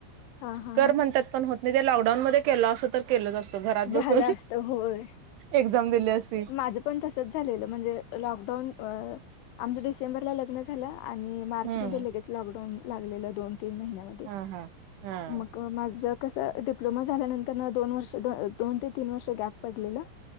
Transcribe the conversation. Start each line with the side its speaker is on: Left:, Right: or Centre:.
Left: हा हा
Right: कर
Left: हा
Right: म्हणतात. पण होत नाही ते लॉकडाऊन मध्ये केलो असतो तर केलोच असतो घरात
Left: झालं
Right: बसून
Left: असतं होय.
Right: एक्झाम दिली असती
Left: माझं पण तसंच झालेलं म्हणजे लॉकडाउन अ आमचं डिसेंबरला लग्नचं झालं आणि मार्च
Right: हम्म
Left: मध्ये लगेच लॉकडाऊन लागलेलं दोन तीन महिन्यामध्ये
Right: हा हा हा
Left: मग माझं कस डिप्लोमा झाल्यानंत रन दोन वर्ष दोन ते तीन वर्ष गॅप पडलेलं